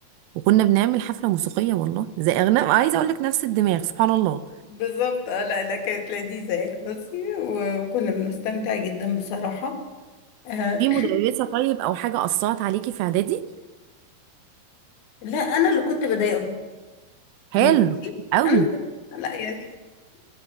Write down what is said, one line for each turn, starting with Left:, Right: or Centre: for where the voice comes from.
Right: وكنا بنعمل حفله موسيقيه والله زي اغنام عايزه اقول لك نفس الدماغ سبحان الله
Left: بالظبط اه لا لا كانت لذيذة يعني بصي وكنا بنستمتع جدا بصراحة آه
Right: في مدرسه طيب او حاجه اثرت عليكي في اعدادي
Left: لا انا اللي كنت بضايقهم
Right: حلو
Left: المدرسين
Right: قوي
Left: انا اللي كنت لا يعني